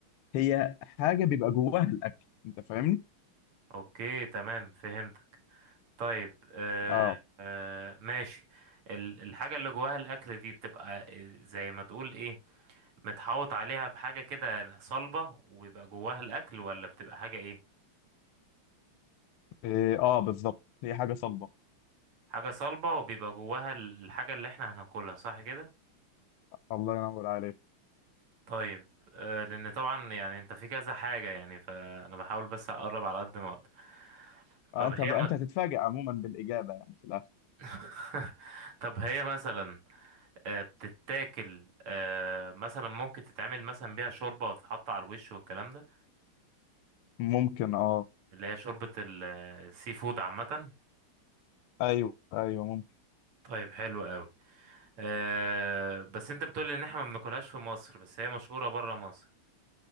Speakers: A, on the left (about 80°); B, on the right (about 85°).
A: هي حاجة بيبقى جواها الاكل انت فاهمني؟
B: اوكي تمام فهمتك طيب آه
A: اه
B: آه ماشي ال- الحاجة اللي جواها الأكل دي بتبقى آه، زي ما تقول ايه متحوط عليها بحاجة كده صلبة وبيبقى جواها الأكل ولا بتبقى حاجة ايه
A: إيه، اه بالظبط هي حاجة صلبة
B: حاجة صلبة وبيبقى جواها الحاجة اللي احنا هناكلها صح كده
A: الله ينور عليك
B: طيب آه، لان طبعا يعني انت في كذا حاجة يعني فانا بحاول بس اقرب على قد ما اقدر
A: آه
B: طب
A: انت بقى
B: هي م...
A: انت هتتفاجئ عموما بالإجابة يعني في الاخر
B: <laughs> طب هي مثلا آه، بتتاكل آه، مثلا ممكن تتعمل مثلا بيها شوربة وتتحط على الوش والكلام ده
A: ممكن اه
B: اللي هي شوربة ال- آه، السي فود عامة
A: ايوه ايوه ممكن
B: طيب حلو قوي آه، بس انت بتقولي ان احنا ما بناكلهاش في مصر بس هي مشهورة برا مصر